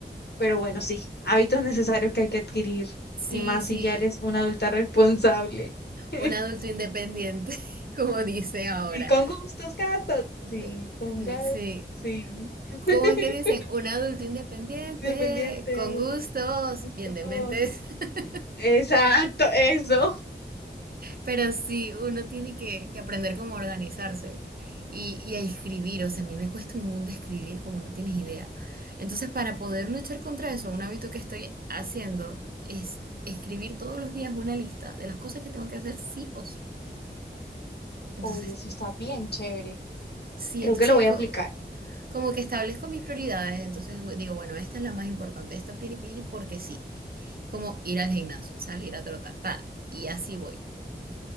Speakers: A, on the left; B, on the right.
A: pero bueno, sí, hábitos necesarios que hay que adquirir,
B: Sí,
A: y más
B: sí,
A: si ya eres una adulta responsable. <laughs>
B: un adulto independiente, <laughs> como dice ahora.
A: Sí, con gustos, gastos.
B: Eh,
A: Sí, con gas,
B: Sí.
A: sí. <laughs>
B: ¿Cómo es que dicen? Un adulto independiente,
A: Dependiente,
B: con gustos,
A: gustos.
B: bien de mentes. <laughs>
A: Exacto, eso.
B: Pero sí, uno tiene que, que aprender cómo organizarse y, y a escribir. O sea, a mí me cuesta un mundo escribir como no tienes idea. Entonces, para poder luchar contra eso, un hábito que estoy haciendo es escribir todos los días una lista de las cosas que tengo que hacer sí o sí. Entonces,
A: Oye, eso está bien chévere.
B: sí,
A: Creo
B: entonces
A: que lo voy
B: co-
A: a aplicar.
B: como que establezco mis prioridades. Entonces digo, bueno, esta es la más importante, esta tiene que ir porque sí. Como ir al gimnasio, salir a trotar, tal. Y así voy.